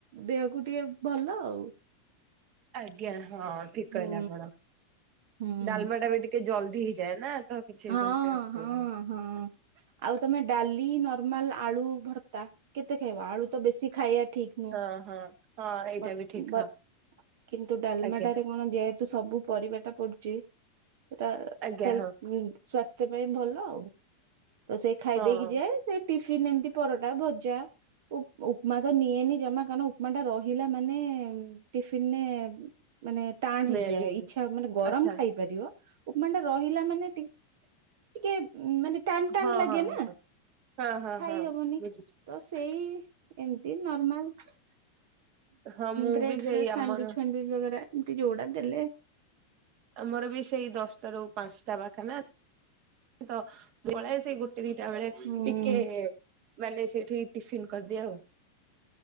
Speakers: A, on the right; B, on the right.
A: ଦେହକୁ ଟିକେ ଭଲ ଆଉ।
B: ଆଜ୍ଞା ହଁ ଠିକ
A: ହୁଁ
B: କହିଲେ ଆପଣ।
A: ହୁଁ।
B: ଡାଲମା ଟା ବି ଟିକେ ଜଲଦି ହେଇଯାଏ ନା ତ କିଛି
A: ହଁ
B: ସେମିତି ଅସୁବିଧା
A: ହଁ
B: ନାହିଁ।
A: ହଁ ଆଉ ତମେ ଡାଲି ନର୍ମାଲ ଆଳୁ ଭର୍ତ୍ତା କେତେ ଖାଇବ ଆଳୁ ତ ବେଶୀ ଖାଇବା ଠିକ୍ ନୁହଁ।
B: ହ ହଁ ହଁ। ଏଇଟା
A: ବ
B: ବି ଠିକ
A: ବ
B: ହଁ
A: କିନ୍ତୁ ଡାଲମାଟାରେ
B: ଆଜ୍ଞା
A: କଣ ଯେହେତ ତ ସବୁ ପରିବାଟା ପଡୁଛି ସେଟା
B: ଆଜ୍ଞା
A: ହେଲ
B: ହଁ
A: ସ୍ଵାସ୍ଥ୍ୟ ପାଇଁ ଭଲ ଆଉ। ତ ସେଇ ଖାଇଦେଇକି
B: ହଁ
A: ଯାଏ। ସେ ଟିଫିନ ଏମିତି ପରଟା ଭଜା ଉ ଉପମା ତ ନିଏନି ଜମା କାରଣ ଉପମା ଟା ରହି ହିଲା ମାନେ ଟିଫିନରେ ମାନେ ଟାଣ
B: ସ୍ମେଲ
A: ହେଇଯାଏ
B: ହେଇଯିବ
A: ଇଚ୍ଛା ମାନେ ଗରମ
B: ଆଚ୍ଛା
A: ଖାଇପାରିବ। ଉପମାଟା ରହିଲା ମାନେ ଟି ଟିକେ ମାନେ ଟାଣ ଟାଣ
B: ହଁ
A: ଲାଗେ
B: ହଁ ହଁ
A: ନା
B: ହଁ
A: ଖାଇ
B: ହଁ
A: ହବନି
B: ବୁଝୁଚି।
A: ତ ସେଇ ଏମତି ନର୍ମାଲ
B: ହଁ ମୁଁ
A: ବ୍ରେଡ
B: ବି ସେଇ
A: ଫ୍ରେଡ ସନ୍ଦୁଇସ୍
B: ଆମର
A: ଫ୍ୟାଣ୍ଡିଚ ବଗରା ଏମିତି ଯୋଉଟା ଦେଲେ।
B: ଆମର ବି ସେଇ ଦଶଟା ରୁ ପାଞ୍ଚଟା ବାଖା ନା ତ ପଳେଇ ଆସେ ସେଇ ଗୋଟେ ଦିଟା ବେଳେ
A: ହୁଁ
B: ଟିକେ ମାନେ ସେଇଠି ଟିଫିନ କରିଦିଏ ଆଉ